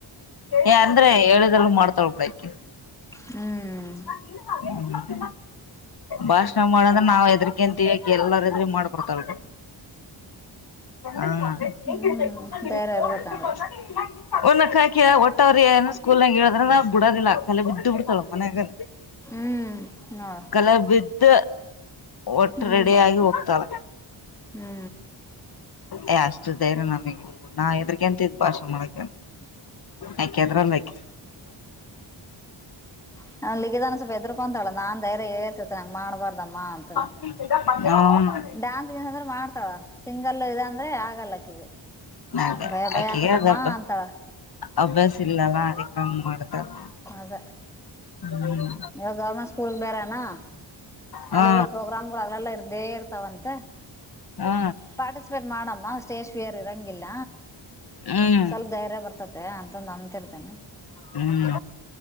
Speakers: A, on the left (about 50°); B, in the centre.
A: ಏ ಅಂದ್ರೆ ಹೇಳಿದಲ್ ಮಾಡ್ತಾಳ ಬಿಡಕಿ
B: ಹ್ಮ್
A: ಹ್ಮ್ ಭಾಷಣ ಮಾಡಂದ್ರೆ ನಾವ್ ಹೆದರಿಕೆಂತವಿ ಆಕಿ ಎಲ್ಲಾರ ಎದ್ರ ಮಾಡ್ಬತಲ್ <unintelligible>
B: ಹ್ಞೂ
A: ಹೇಗಿರ್ಬೇಕು ಅಂತ
B: ಧೈರ್ಯ
A: ನೀ ತೋರ್ಬೇಕ
B: ಇರ್ಬೇಕಂದ್ರೆ
A: ಅಂತ ಒಣಕ್ಕ ಹಾಕಿ ಒಟ್ಟವ್ರ ಏನ ಸ್ಕೂಲ್ನಂಗ ಹೇಳದ್ರ ನಾವ್ ಬಿಡೋದಿಲ್ಲ ಕಲೆ ಬಿದ್ದ್ ಬಿಡ್ತಾಳ ಮನ್ಯಾಗ
B: ಹ್ಞೂ ನೋಡು
A: ಕಲಬಿದ್ದ ಒಟ್ಟ
B: ಹ್ಞೂ
A: ರೆಡಿ ಆಗಿ ಹೋಗ್ತಳ
B: ಹ್ಞೂ
A: ಏ ಅಷ್ಟು ಧೈರ್ಯ ನಮಗೆ ನಾ ಎದ್ರಕಂತ ಇದ್ ಭಾಷೆ ಮಾಡಕ ಯಾಕೆ ಎದ್ರಲಾ ಆಕಿ
B: <unintelligible> ಅವನ್್ಿಗದಾನ ಸ್ವಪ ಎದ್ರಕೊಂತಳ <unintelligible> ನಾನ್ ೈ್ಯ ಹೇಳ್ತತೆ ನಂಗ ಮಾಡಬಾರ್ದ ಅಮ್ಮ ಅಂತ
A: ಹಾ
B: ಡಾನ್ಸ್ ಗಿನ್ಸ್ ಅಂದ್ರೆ ಮಾಡ್ತಾಳ ಸಿಂಗಲ್ಲ ಇದ ಅಂದ್ರೆ ಆಗಲ್ಲಕ್ಕಗೆ
A: ಅದೇ
B: ಭಯ ಭಯ
A: ಆಕಿಗೆ
B: ಆಕತಮ್ಮ
A: ಅದ
B: ಅಂತಳ
A: ಅಭ್ಯಾಸ ಇಲ್ಲಲ್ಲ ಅದಕ್ಕ ಮಾಡತಾರೆ
B: ಅದ
A: ಹ್ಮ
B: ಇವಾಗ ಗೌರ್ಮೆಂಟ್ ಸ್ಕೂಲ್ ಬೇರೆನಾ
A: ಹಾ
B: ಅಲ್ಲಿ ಕೂಡ ಪ್ರೋಗ್ರಾಮ್ ಗಳು ಅವಗಳೆಲ್ಲಾ ಇರ್ದೇ ಇರ್ತಾವಂತ
A: ಹಾ
B: ಪಾರ್ಟಿಸಿಪೇಟ್ ಮಾಡಮ್ಮ ಸ್ಟೇಜ್ ಫಿಯರ್ ಇರಂಗಿಲ್ಲ
A: ಹ್ಮ್
B: ಸ್ವಲ್ಪ
A: ಹ್ಮ್
B: ಧೈರ್ಯ ಬರ್ತತೆ ಅಂತಂದು ಅಂತಿರ್ತಾನೆ
A: ಹ್ಮ್